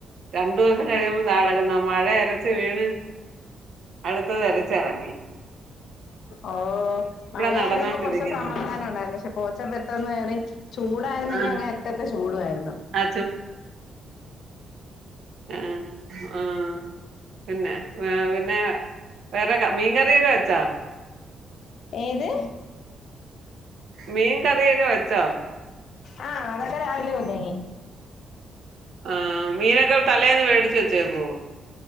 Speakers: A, on the right (about 60°); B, on the left (about 60°).
A: രണ്ടു ദിവസം കഴിയുമ്പോ ദാ കെടക്ക്ന്ന് മഴ അരച് വീണ് അടുത്തത് ഇരച്ച റങ്ങി
B: ഓ മഴയായിരുന്നപ്പോ
A: നടന്നോണ്ടിരിക്കുന്നത്
B: കൊറ്ച് സമാധാനം ഉണ്ടായിരുന്നു പക്ഷെ പോച്ച പെട്ടന്ന് കേറി ചൂടായിരുന്നെങ്കി
A: ആഹ്
B: അങേ അറ്റത്തെ ചൂടുവായിരുന്നു
A: ആ ആ ആ പിന്നെ ഹേ പിന്നെ വേറെ മീൻ കറിയൊക്കെ വെച്ചാ
B: ഏത്
A: മീൻ കറിയൊക്കെ വെച്ചോ
B: ആ അതൊക്കെ രാവിലെ വന്നിന്നി
A: ആ മീനൊക്കെ തലേന്ന് മേടിച് വെച്ചേക്കോ